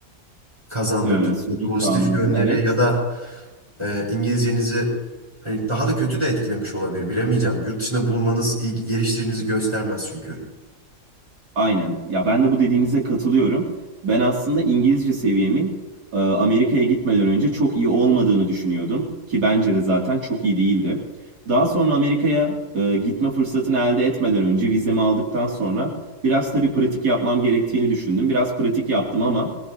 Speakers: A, on the right; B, on the right.
A: kazandırdı
B: Ee, soruyu
A: size pozitif
B: anladım.
A: yönleri
B: Evet.
A: ya da e, İngilizcenizi hani daha da kötü de etkilemiş olabilir bilemeyeceğim. Yurt dışında bulunmanız iyi geliştirinizi göstermez çünkü.
B: Aynen. Ya ben de bu dediğinize katılıyorum. Ben aslında İngilizce seviyemin e, Amerika'ya gitmeden önce çok iyi olmadığını düşünüyordum ki bence de zaten çok iyi değildi. Daha sonra Amerika'ya e, gitme fırsatını elde etmeden önce vizemi aldıktan sonra biraz tabii pratik yapmam gerektiğini düşündüm. Biraz pratik yaptım ama